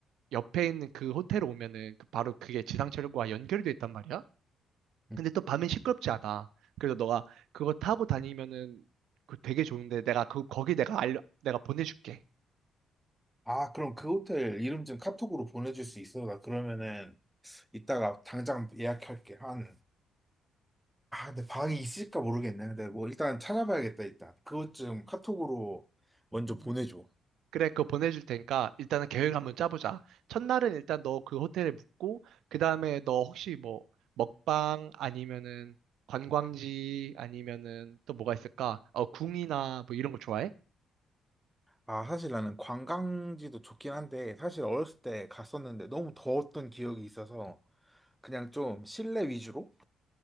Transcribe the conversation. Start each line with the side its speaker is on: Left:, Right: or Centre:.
Right: 옆에 있는 그 호텔 오면은 그 바로 그게 지상철과 연결이 돼 있단 말이야?
Centre: 응.
Right: 근데 또 밤엔 시끄럽지 않아. 그래서 너가 그거 타고 다니면은 그 되게 좋은데 내가 그, 거기 내가 알려, 내가 보내줄게.
Centre: 아, 그럼 그 호텔 이름 좀 카톡으로 보내줄 수 있어? 나 그러면은 이따가 당장 예약할게. 한, 아, 근데 방이 있을까 모르겠네. 근데 뭐 일단 찾아봐야겠다, 일단. 그것 좀 카톡으로 먼저 보내줘.
Right: 그래, 그거 보내줄 테니까 일단은 계획 한번 짜보자. 첫날은 일단 너 그 호텔에 묵고, 그 다음에 너 혹시 뭐 먹방 아니면은 관광지 아니면은 또 뭐가 있을까? 어, 궁이나 뭐 이런 거 좋아해?
Centre: 아, 사실 나는 관광지도 좋긴 한데, 사실 어렸을 때 갔었는데 너무 더웠던 기억이 있어서 그냥 좀 실내 위주로